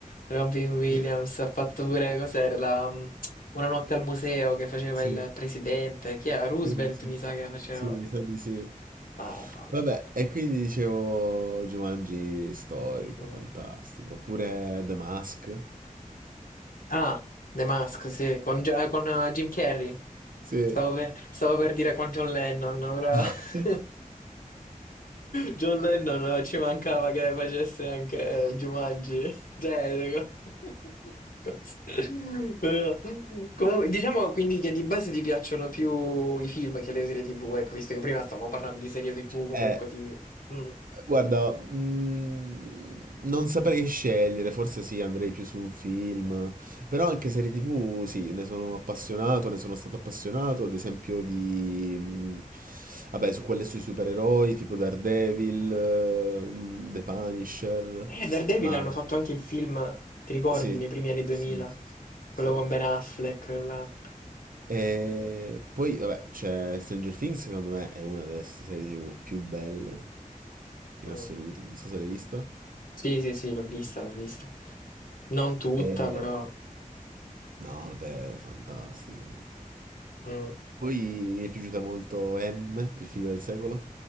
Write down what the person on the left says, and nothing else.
Robbie Williams
ha fatto pure, cos'era, la, mm, Una notte al museo che faceva
il presidente. Chi era? Roosevelt,
mi sa che faceva.
Mamma
mia.
Mm.
Ah, The Mask, sì, con, Gi- eh, con eh, Jim Carrey.
Stavo per, stavo per dire con John Lennon, però
<laughs> John Lennon eh, ci mancava che facesse anche eh, Jumanji. <laughs> Cioè, co- <laughs> cos- però- comunque, diciamo quindi che di base ti piacciono più i film che le serie TV, ecco, visto che prima stavamo parlando di serie TV, comunque
ti... Mm.
Eh, Daredevil
hanno fatto anche il film, ti ricordi,
nei primi anni 2000?
Quello
con Ben Affleck, là.
Mm.
Sì, sì, sì, l'ho vista, l'ho vista. Non tutta,
però...
mm,